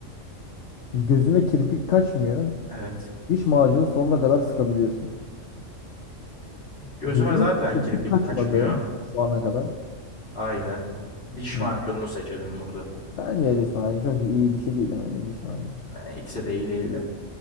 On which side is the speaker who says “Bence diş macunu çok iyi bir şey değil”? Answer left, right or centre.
Left